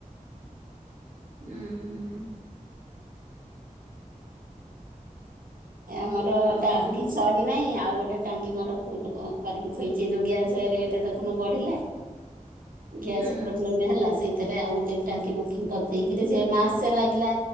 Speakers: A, on the right; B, on the right.
A: ହୁଁ।
B: ଆମର
A: ଆଉ
B: ଟାଙ୍କି ସରି ନାଇଁ ଆଉ ଗୋଟେ ଟାଙ୍କି ମାର ଫୁଲ୍ କରିକି ଥୋଇଚି ଏଇ ଯୋଉ ଗ୍ୟାସ ରେଟେ ଦେଖୁନୁ ବଢିଲା ଗ୍ୟାସ୍
A: ହୁଁ
B: ପ୍ରୋବଲେମ୍ ହେଲା ସେଇ ଥେରେ ଆଉ ଗୋଟେ ଟାଙ୍କି ବୁକିଂ କରିଦେଇକିରି ସେ ମାସେ ଲାଗିଲା